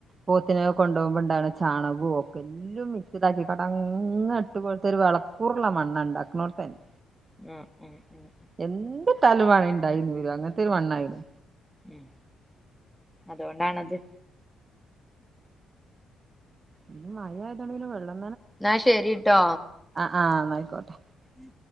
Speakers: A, on the right; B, in the centre.
A: പോത്തിനെക്കെ കൊണ്ടുപോകുമ്പോ ഇണ്ടുന്ന ചാണകവും ഒക്കെ എല്ലാം മിക്സിഡ ആാക്കി കടങ്ങ ഇട്ട് പോലത്തെ ഒരു വിളക്കൂറുള്ള മണ്ണ ഉണ്ടാക്കുന്നോർത്തന്നെ
B: ഉ ഉം ഉ
A: എന്ത് തലുവാണ ഉണ്ടായിന്ന് വര അങ്ങനത്തെ ഒരു മണ്ണായിന്
B: ഉം അതുകൊണ്ടാണത്
A: പിന്നെ മഴ ആയതോണ്ടെങ്കിലെ വെള്ളം
B: എന്ന ശരിട്ടോ
A: ആഹ് എന്നആയിക്കോട്ടെ
B: ഉം